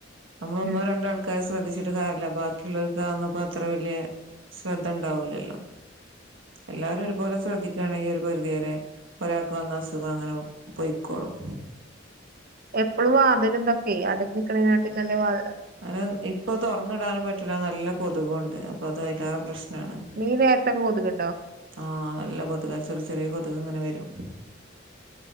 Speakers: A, on the right; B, on the right.
A: നമ്മള് ഒന്നോ
B: ഉം
A: രണ്ടോ ആൾക്കാര് ശ്രദ്ധിച്ച് ട്ട് കാര്യം ഇല്ല ബാക്കിയുള്ളവര് ഇത് ഇപ്പൊ അത്ര വല്യ ശ്രദ്ധ ഉണ്ടാവൂല്ലല്ലോ എല്ലാരും ഒരുപോലെ ശ്രദ്ധിക്കുകയാണെങ്കിൽ ഒരു പരിധി വരെ ഒരാൾക്ക് വന്ന അസുഖം അങ്ങനെ പൊയിക്കോളും
B: എപ്പോഴും വാതലും ഇതോക്കെയെ അടച്ചട്ടരുന്നാൽ <unintelligible>
A: അങ്ങനെ ഇപ്പൊ തുറന്നിടാനും പറ്റൂല നല്ല കൊതുകുണ്ട് അപ്പൊ അത് എല്ലാം പ്രശ് നംമാണ്
B: ഈ നേരത്തൊക്കെ കൊതുകുണ്ടോ
A: ആഹ് നല്ല കൊതുകാ ചെറിയ ചെറിയ കൊതുക് കൊതുക് ഇങ്ങനെ വരും